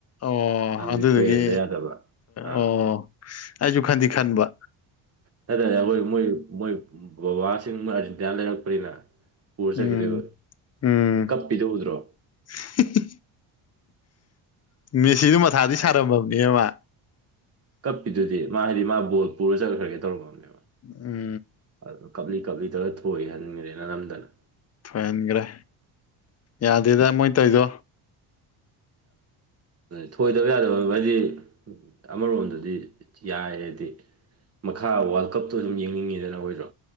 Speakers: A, on the left; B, on the right.
A: ꯑꯣ
B: ꯑꯗꯨꯗꯤ
A: ꯑꯗꯨꯗꯨꯒꯤ
B: ꯊꯣꯛꯍꯟꯗ ꯌꯥꯗꯕ ꯑꯥ
A: ꯑꯣ ꯑꯩꯁꯨ ꯈꯟꯗꯤ ꯈꯟꯕ
B: ꯍꯥꯏꯇꯥꯔꯦ ꯑꯩꯈꯣꯏ ꯃꯣꯏ ꯃꯣꯏ ꯕꯕꯥꯁꯤꯡ ꯃꯣꯏ ꯑꯥꯔꯖꯦꯟꯇꯤꯅꯥ ꯂꯩꯔꯛꯄꯅꯤꯅ ꯄꯨꯔ ꯆꯠꯈꯤꯗꯣꯏꯕ
A: ꯎꯝ ꯎꯝ
B: ꯀꯞꯄꯤꯗꯥ ꯎꯗ꯭ꯔꯣ
A: <unintelligible> ꯃꯦꯁꯤꯗꯨ ꯃꯊꯥꯗꯤ ꯁꯥꯔꯝꯃꯕꯅꯦ ꯃꯥ
B: ꯀꯞꯄꯤꯗꯨꯗꯤ ꯃꯥ ꯍꯥꯏꯗꯤ ꯃꯥ ꯕꯣꯜ ꯄꯨꯔ ꯆꯠꯂꯈ꯭ꯔꯒꯦ ꯇꯧꯔꯝꯃꯃꯦ
A: ꯎꯝ
B: ꯑꯗꯨꯣ ꯀꯞꯂꯤ ꯀꯞꯂꯤ ꯇꯧꯔ ꯊꯣꯛꯏꯍꯟꯈ꯭ꯔꯦꯅ ꯅꯝꯗꯅ
A: ꯊꯣꯏꯍꯟꯈ꯭ꯔꯦ ꯌꯥꯗꯦꯗ ꯃꯣꯏ ꯇꯧꯗꯣ
B: ꯊꯣꯏꯗꯕ ꯌꯥꯗꯕ ꯍꯥꯏꯗꯤ ꯑꯃꯔꯣꯝꯗꯗꯤ ꯌꯥꯏꯗꯤ ꯃꯈꯥ ꯋꯥꯔꯜ ꯀꯞꯇꯣ ꯗꯨꯝ ꯌꯦꯡꯅꯤꯡꯉꯤꯗꯅ ꯈꯣꯏꯖꯨ